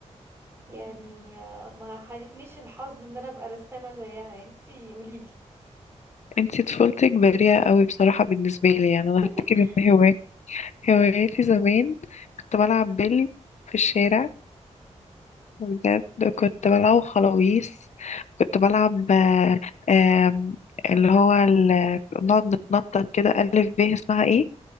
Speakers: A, on the right; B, on the left.
A: يعني آه، ما حالفنيش الحظ إن أنا أبقى رسامة زيها انتي قوليلي
B: انتي طفولتك بريئة قوي بصراحة بالنسبة لي يعني انا
A: <laughs>
B: افتكر ان هوايات هواياتي زمان كنت بلعب بيلي في الشارع بجد كنت بلعب خلاويص كنت بلعب آه، آم، اللي هو ال- نقعد نتنطط كده ألف ب اسمها ايه